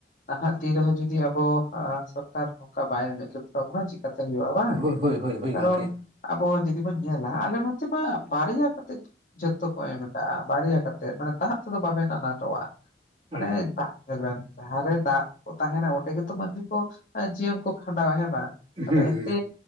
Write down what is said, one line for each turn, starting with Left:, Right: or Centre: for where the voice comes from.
Left: ᱱᱟᱦᱟᱜ ᱫᱤᱱ ᱨᱮᱦᱚᱸ ᱡᱩᱚᱫᱤ ᱟᱵᱚ ᱥᱚᱨᱠᱟᱨ ᱱᱚᱝᱠᱟ ᱵᱟᱭ ᱢᱮᱸᱫ ᱞᱩᱛᱚᱨ ᱟᱵᱚᱱᱟ ᱪᱮᱠᱟᱛᱮ ᱦᱳᱭᱳᱜ ᱟ ᱵᱟᱝ
Right: ᱦᱳᱭ ᱦᱳᱭ ᱦᱳᱭ ᱦᱳᱭ
Left: ᱠᱟᱨᱚᱱ
Right: ᱜᱚᱝᱠᱮ
Left: ᱟᱵᱚ ᱡᱩᱫᱤ ᱵᱚᱱ ᱧᱮᱞᱟ ᱟᱞᱮ ᱱᱚᱛᱮ ᱢᱟ ᱵᱟᱨᱭᱟ ᱠᱟᱛᱮᱫ ᱡᱷᱚᱛᱚ ᱠᱚ ᱮᱢ ᱠᱟᱜᱼᱟ ᱵᱟᱨᱭᱟ ᱠᱟᱛᱮᱫ ᱛᱮ ᱢᱟᱱᱮ ᱫᱟᱜ ᱛᱮᱫᱚ ᱵᱟᱵᱮᱱ ᱟᱱᱟᱴᱚᱜᱼᱟ
Right: ᱚ
Left: ᱢᱟᱱᱮ ᱫᱟᱜ ᱧᱮᱞ ᱵᱮᱱ ᱡᱟᱦᱟᱸ ᱨᱮ ᱫᱟᱜ ᱠᱚ ᱛᱟᱦᱮᱱᱟ ᱚᱸᱰᱮ ᱜᱮᱛᱚ ᱢᱟᱹᱱᱢᱤ ᱠᱚ ᱡᱤᱭᱚᱱ ᱠᱚ ᱠᱷᱟᱸᱰᱟᱣᱟ ᱦᱮᱸ ᱵᱟᱝ? ᱟᱫᱚ
Right: ᱦᱩᱸ ᱦᱩᱸ
Left: ᱮᱱᱛᱮ